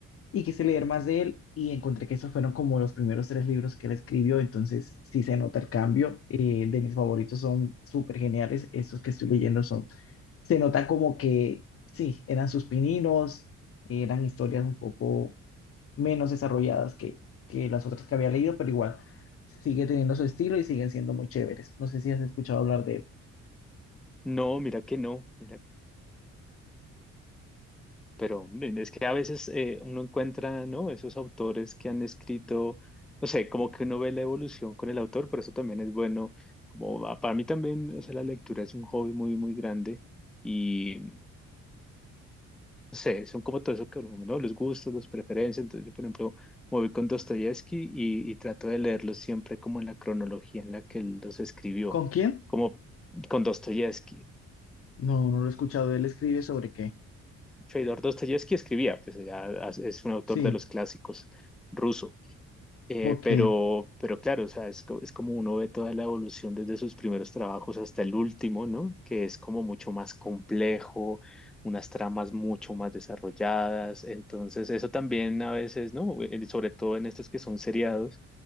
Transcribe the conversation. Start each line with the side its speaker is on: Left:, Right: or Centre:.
Left: y quise leer más de él y encontré que esos fueron como los primeros tres libros que él escribió, entonces sí se nota el cambio. Eh, de mis favoritos son súper geniales, estos que estoy leyendo son, se nota como que sí, eran sus pininos, eran historias un poco menos desarrolladas que, que las otras que había leído, pero igual sigue teniendo su estilo y siguen siendo muy chéveres. No sé si has escuchado hablar de él.
Centre: No, mira que no, mira Pero hombre, es que a veces eh, uno encuentra, ¿no? Esos autores que han escrito, no sé, como que uno ve la evolución con el autor, por eso también es bueno. Como a- para mí también, o sea, la lectura es un hobby muy, muy grande y, no sé, son como todo eso que uno, ¿no? Los gustos, las preferencias. Entonces, yo, por ejemplo, me voy con Dostoyevsky y, y trato de leerlos siempre como en la cronología en la que él los escribió,
Left: ¿Con quién?
Centre: como con Dostoyevsky.
Left: No, no lo he escuchado. Él escribe sobre qué.
Centre: Fedor Dostoyevsky escribía, pues ya es un autor
Left: Sí,
Centre: de los clásicos ruso. Eh,
Left: ok.
Centre: pero, pero claro, o sea, es, co- es como uno ve toda la evolución desde sus primeros trabajos hasta el último, ¿no? Que es como mucho más complejo, unas tramas mucho más desarrolladas. Entonces, eso también a veces, ¿no? El- Sobre todo en estos que son seriados,